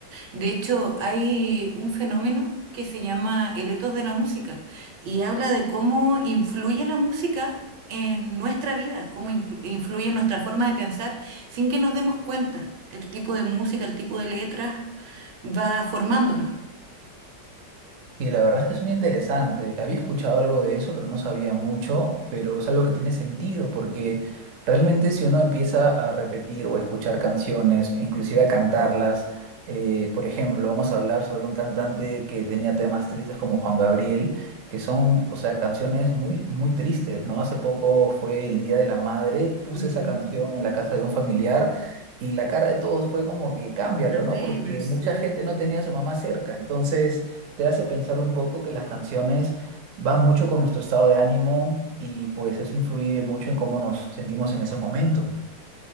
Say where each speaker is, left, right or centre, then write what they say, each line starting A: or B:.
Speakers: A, on the right; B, on the right.
A: De hecho, hay un fenómeno que se llama el etos de la música y habla de cómo influye la música. en nuestra vida, cómo inclu- influye en nuestra forma de pensar sin que nos demos cuenta. El tipo de música, el tipo de letras va formándonos.
B: Y la verdad es que suena interesante. Había escuchado algo de eso, pero no sabía mucho, pero es algo que tiene sentido, porque realmente si uno empieza a repetir o escuchar canciones, inclusive a cantarlas, eh, por ejemplo, vamos a hablar sobre un cantante que tenía temas tristes como Juan Gabriel, que son, o sea, canciones muy, muy tristes, ¿no? Hace poco fue el Día de la Madre, puse
A: Ujú.
B: esa canción en la casa de un familiar. Y la cara de todos fue como que cámbialo,
A: Una pena,
B: ¿no? Porque
A: sí.
B: mucha gente no tenía a su mamá cerca. Entonces, te hace pensar un poco que las canciones van mucho con nuestro estado de ánimo y pues eso influye mucho en cómo nos sentimos en ese momento.